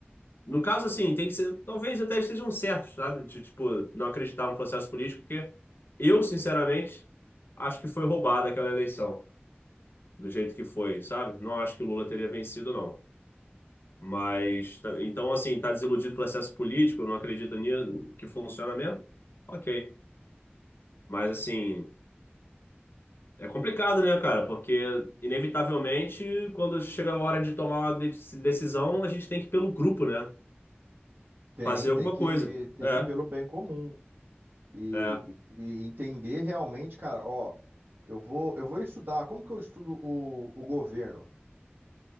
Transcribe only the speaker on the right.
Tem,
tem
que,
tem
que ir pelo bem comum. E,
e entender realmente, cara, ó, eu vou, eu vou estudar, como que eu estudo o, o governo?